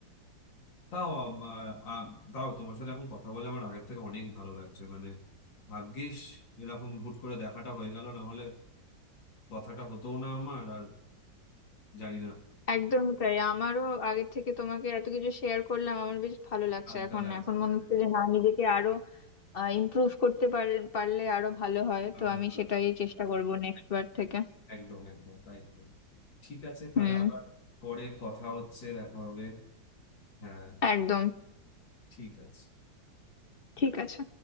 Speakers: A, on the left; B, on the left.
A: তাও আম, আ, তাও তোমার সাথে এখন কথা বলে আমার আগের থেকে অনেক ভালো লাগছে মানে ভাগ্যিস এরকম হুট করে দেখাটা হয়ে গেল না হলে কথাটা হতো না আমার আর জানি না
B: একদমই তাই আমারও আগের থেকে তোমাকে এত কিছু শেয়ার করলাম আমার বেশ ভালো লাগছে
A: হালকা
B: এখন
A: লাগছে
B: এখন
A: হ্যাঁ
B: মনে হচ্ছে যে না নিজেকে আরো ইমপ্রুভ করতে পার- পারলে আরো ভালো হয়
A: আরো
B: তো আমি
A: ভালো
B: সেটাই
A: হয়
B: চেষ্টা করব নেক্সট বার থেকে
A: একদম একদম তাই করবো। ঠিক আছে তাহলে
B: হুম
A: আবার পরে কথা হচ্ছে দেখা হবে হ্যাঁ
B: একদম
A: ঠিক আছে
B: ঠিক আছে